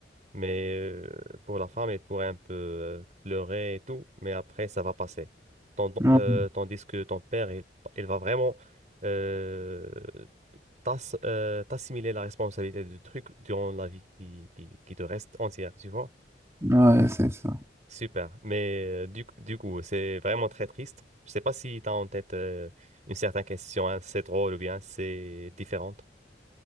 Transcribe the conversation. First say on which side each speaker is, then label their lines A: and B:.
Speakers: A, on the right (about 40°); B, on the right (about 15°).
A: Mais euh, pour la femme, elle pourrait un peu euh, pleurer et tout, mais après, ça va passer. Tand-
B: Ouais,
A: euh, tandis que ton père, il, il va vraiment, euh, t'as- euh, t'assimiler la responsabilité du truc durant la vie qui, qui, qui te reste entière, tu vois?
B: ouais, c'est ça.
A: Super. Mais euh, du, du coup, c'est vraiment très triste. Je sais pas si tu as en tête euh, une certaine question, hein, c'est drôle ou bien c'est différente.